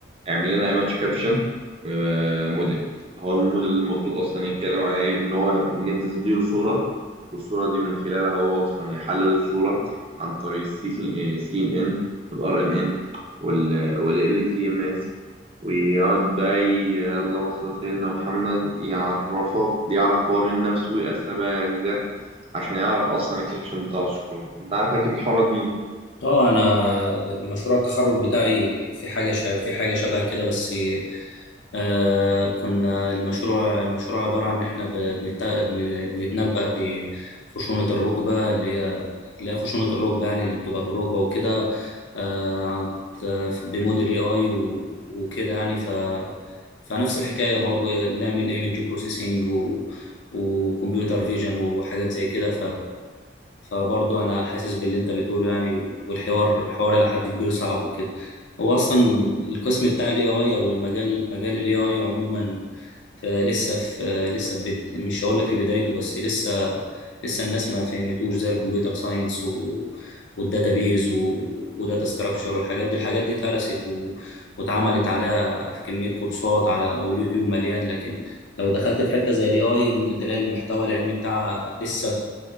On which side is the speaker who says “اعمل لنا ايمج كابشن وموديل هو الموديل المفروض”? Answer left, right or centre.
Right